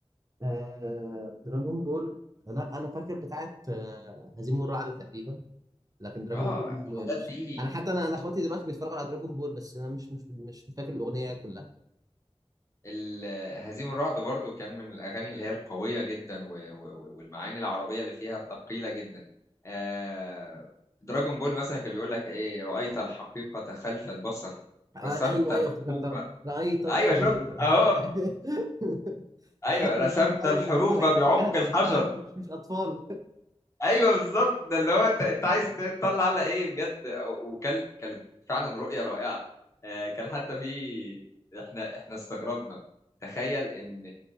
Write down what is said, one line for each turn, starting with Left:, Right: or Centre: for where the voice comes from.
Right: آه دراجون بول لا انا فاكر بتاعت آه هزيم والرعد تقريبا لكن دراجون
Left: اه
Right: بول م-
Left: الحاجات
Right: مش
Left: دي
Right: انا حتى انا انا اخواتي دلوقتي بيتفرجوا على دراجون بول بس انا مش مش مش فاكر الاغنيه كلها
Left: ال- هزيم الرعد برضو كان من الأغاني اللي هي القوية جدا و- و- و- والمعاني العربية اللي فيها ثقيلة جدا آه دراجون بول مثلا كان بيقول لك إيه رأيت الحقيقة خلف البصر
Right: آه،
Left: رسمت
Right: ايوه
Left: الحروف
Right: ايوه افتكرتها رأيت الطريق
Left: أيوه شفت أهو
Right: آه. <laughs>
Left: أيوه
Right: هتحس
Left: رسمت
Right: ان انت فاهم
Left: الحروف
Right: ان انتوا رايحين
Left: بعمق
Right: تجاهدوا
Left: الحجر
Right: يا جدعان مش مش اطفال
Left: ايوه بالظبط ده اللي هو انت انت عايز تطلع على ايه بجد وكان كانت فعلا رؤيه رائعه آه، كان حتى في احنا احنا استغربنا تخيل ان